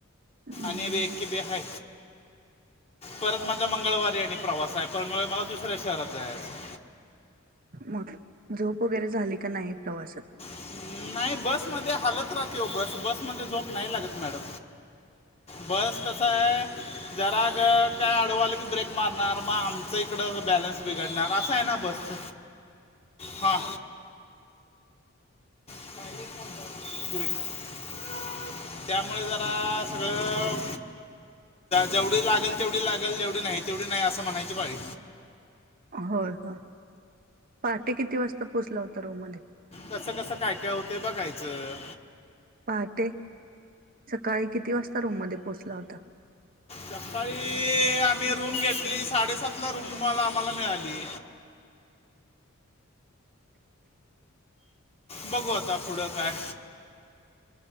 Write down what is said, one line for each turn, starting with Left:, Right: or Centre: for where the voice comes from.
Right: अं,
Left: अनेब एक की बेहाा परत माझा मंगळवारी या आणि प्रवास आहे परंत मला दुसऱ्या शहरात जायचं
Right: मग झोप वगैरे झाली का नाही प्रवासात
Left: जायचं नाही बसमध्ये हालत राहते हो बस बसमध्ये झोप नाही लागत मॅडम बस कस आहे जराग काय आडव की ब्रेक मारणार मग आमचं इकड बॅलन्स बिघडणार असं आहे ना बस
Right: <inaudible>
Left: हा <unintelligible> त्यामुळे जरा सगळं जेवढी लागेल तेवढी लागेल जेवढी नाही तेवढी नाही असं म्हणायची पाळी
Right: होय हा पहाटे किती वाजता पोहोचला होता रूम मध्ये?
Left: कसं-कसं काय-काय होते बघायचं.
Right: पहाटे सकाळी किती वाजता रूम मध्ये पोहोचला होता?
Left: सकाळी आम्ही रूम घेतली साडेसात ला रूमला आम्हाला मिळाली. बघू आता पुढं काय?